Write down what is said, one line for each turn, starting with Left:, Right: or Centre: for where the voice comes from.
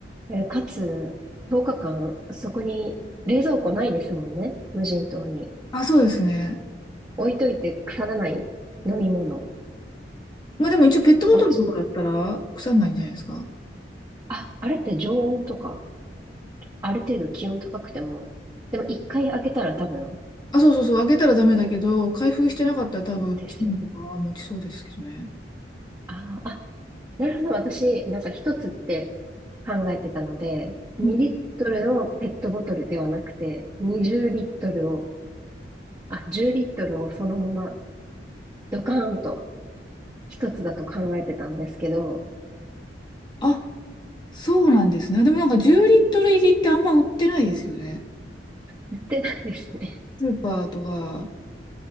Right: えーかつ、10日間、そこに冷蔵庫ないですもんね。無人島に。
Left: あ、そうですね。
Right: 置いといて腐らない飲み物。
Left: まあ、でも一応ペットボトルとかだったら腐んないんじゃないですか。
Right: お茶、あ、あれって常温とか、ある程度気温高くても、でも一回開けたら多分
Left: あ、そうそうそう、開けたらダメだけど、開封してなかったら多分、
Right: ですよね。
Left: チームとか持ちそうですけどね。
Right: あーあ、なるほど。私、なんか一つって考えてたので、2リットルのペットボトルではなくて、
Left: うん
Right: 20リットルあ、10リットルをそのままドカーンと一つだと考えてたんですけど、
Left: あ、そうなんですね。でもなんか10リットル入りってあんま売ってないですよね。
Right: 売ってないですね。
Left: スーパーとか、